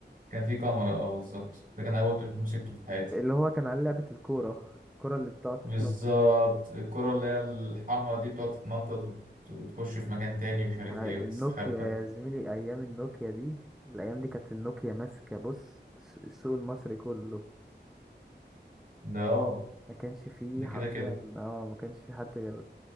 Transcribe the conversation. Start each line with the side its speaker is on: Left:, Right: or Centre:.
Right: كان فيه كاميرا اه بالظبط ده كان اول تليفون مسكته في حياتي
Centre: اللي هو كان عليه لعبة الكورة الكورة اللي بتقعد
Right: بالظبط
Centre: تتنطط
Right: الكرة اللي هي الحمرا دي بتقعد تتنطط وت- وتخش في مكان تاني ومش عارف
Centre: على
Right: ايه وتستخبى
Centre: النوكيا يا زميلي ايام النوكيا دي الايام دي كانت النوكيا ماسكة بص الس- السوق المصري كله
Right: ده اه
Centre: ما كانش فيه
Right: ده
Centre: حرفيا
Right: كده كده
Centre: اه ما كانش فيه حد غير